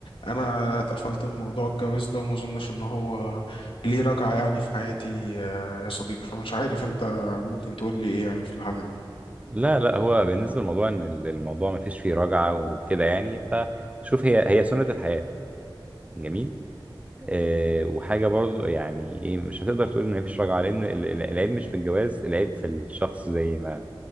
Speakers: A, on the left; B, on the right.
A: أنا اتقفلت من موضوع الجواز ده وما أظنش إن هو ليه رجعة يعني في حياتي آه، يا صديقي فمش عارف أنت ممكن تقول لي إيه يعني في الحالة دي
B: لا لا هو بالنسبه للموضوع ان ال- الموضوع ما فيش فيه رجعه وكده يعني فشوف هي هي سنه الحياه جميل آه وحاجه برضه يعني ايه مش هتقدر تقول ان ما فيش رجعه لان ال- ال- العيب مش في الجواز العيب في الشخص زي ما